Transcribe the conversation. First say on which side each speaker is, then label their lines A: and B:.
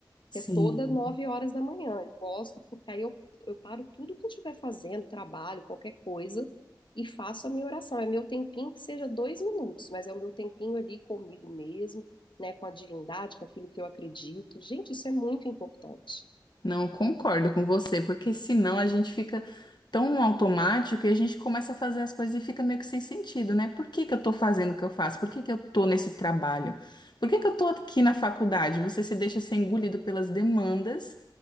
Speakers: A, on the left (about 65°); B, on the left (about 80°).
A: Sim.
B: que é todas nove horas da manhã. Eu gosto porque aí eu, eu paro tudo que eu estiver fazendo, trabalho, qualquer coisa, e faço a minha oração. É meu tempinho que seja dois minutos, mas é o meu tempinho ali comigo mesmo, né? Com a divindade, com aquilo que eu acredito. Gente, isso é muito importante.
A: Não concordo com você, porque senão a gente fica tão no automático e a gente começa a fazer as coisas e fica meio que sem sentido, né? Por que que eu tô fazendo o que eu faço? Por que que eu tô nesse trabalho? Por que que eu tô aqui na faculdade? Você se deixa ser engolido pelas demandas